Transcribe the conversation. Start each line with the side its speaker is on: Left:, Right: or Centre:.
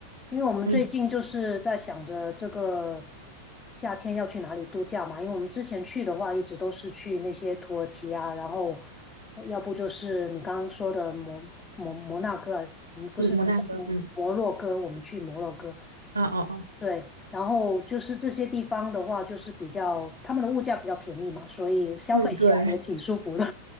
Left: 因为我们最近就是在想着这个
Right: 嗯
Left: 夏天要去哪里度假嘛，因为我们之前去的话，一直都是去那些土耳其啊，然后要不就是你刚刚说的摩摩摩纳哥啊，嗯不是嗯摩洛哥，
Right: 嗯，摩纳哥，嗯
Left: 我们去摩洛哥，
Right: 啊哦哦，
Left: 对，然后就是这些地方的话，就是比较他们的物价比较便宜嘛，所以消费起来也挺舒服的，
Right: 嗯对。